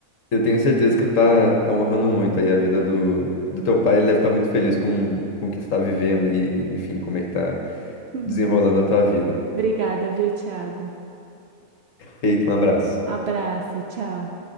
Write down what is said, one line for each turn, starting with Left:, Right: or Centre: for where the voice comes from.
Left: Eu tenho certeza que tu tá, tá honrando muito aí a vida
Right: <laughs>
Left: do, do teu pai. Ele deve estar muito feliz com, com o que tu tá vivendo aí, enfim, como é que tá
Right: Hum,
Left: desenrolando a tua vida.
Right: Obrigada, viu, Thiago?
Left: Feito, um abraço.
Right: Abraço, tchau.